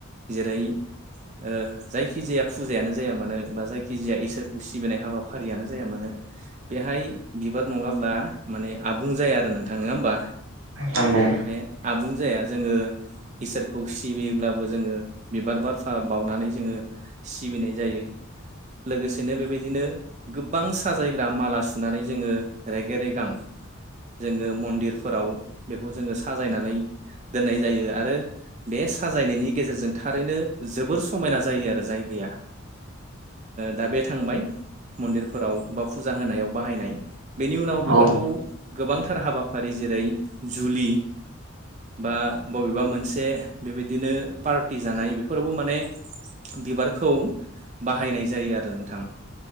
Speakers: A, on the right; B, on the right.
A: जेरै ओ जायखि जाया फुजायानो जाया मानो बा जायखिजाया इसोरखौ सिबिनाय हाबाफारियानो जाया मानो बेहाय बिबार नङाब्ला माने आबुं जाया आरो नोंथां नंङा ओमबा।
B: नंगौ
A: बे आबुं जाया। जोङो इसोरखौ सिबियोब्लाबो जोङो बिबार बारफा बावनानै जोङो सिबिनाय जायो लोगोसेनो बेबायदिनो गोबां साजायग्रा माला सुनानै जोङो रेगे रेगां जोङो मन्दिरफोराव बेखौ जोङो साजायनानै दोननाय जायो आरो बे साजायनायनि गेजेरजों थारैनो जोबोर समायना जायो आरो जायगाया दा बे थांबाय मन्दिरफोराव बा फुजा होनायाव बाहायनाय। बेनि उनाव बिबारखौ
B: औ नंगौ
A: गोबांथार हाबाफारि जेरै जुलि बा बबेबा मोनसे बेबायदिनो पार्टि जानाय बेफोरावबो माने बिबारखौ बाहायनाय जायो आरो नोंथां